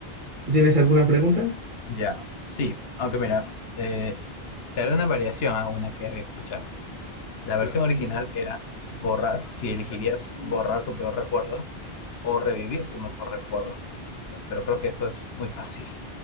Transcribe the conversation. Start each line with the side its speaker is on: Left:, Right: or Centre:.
Right: ¿Tú tienes alguna pregunta?
Left: Ya, sí, aunque mira, eh, te haré una variación a una que había escuchado. La versión original era borrar, si elegirías borrar tu peor recuerdo o revivir tu mejor recuerdo, pero creo que eso es muy fácil.